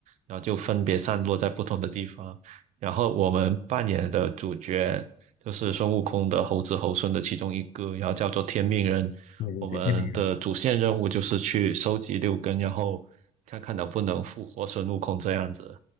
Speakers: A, on the right; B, on the left.
A: 然后就分别散落在不同的地方，然后我们扮演的主角。就是孙悟空的猴子猴孙的其中一个，然后叫做天命人，
B: 对对对，
A: 我们的主线任务就是去收集六根，
B: 天兵人，
A: 然后看看能不能复活孙悟空这样子。